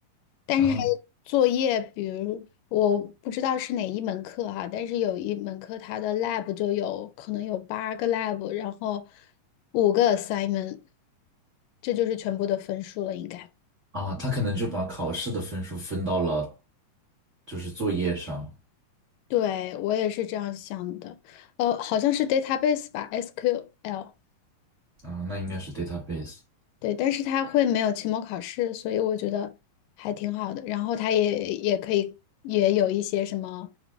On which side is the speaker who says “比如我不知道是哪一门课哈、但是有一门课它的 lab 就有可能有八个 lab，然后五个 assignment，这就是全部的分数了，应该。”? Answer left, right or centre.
Left